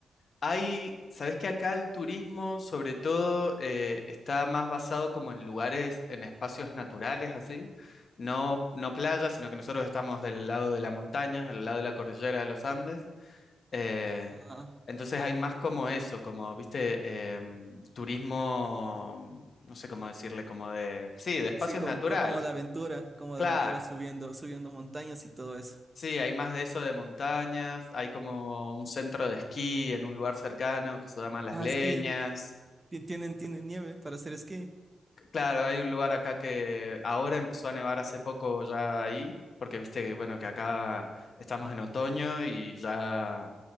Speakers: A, on the left; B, on the right.
A: Hay, sabes que acá el turismo, sobre todo, eh, está más basado como en lugares, en espacios naturales, así. No, no playas, sino que nosotros estamos del lado de la montaña, al lado de la cordillera de los Andes. Eh,
B: Ah,
A: entonces hay más como eso, como, viste, em, turismo, no sé cómo decirle, como de, sí, de espacios
B: Sí, con,
A: naturales.
B: con- como de aventura, como
A: Claro,
B: de aventura subiendo, subiendo montañas y todo eso.
A: Sí, hay más de eso de montañas, hay como un centro de esquí en un lugar cercano que se llama Las
B: Ah,
A: Leñas.
B: esquí, ti- tienen, tienen nieve para hacer esquí.
A: C- Claro, hay un lugar acá que ahora empezó a nevar hace poco ya ahí, porque viste que bueno que acá estamos en otoño y ya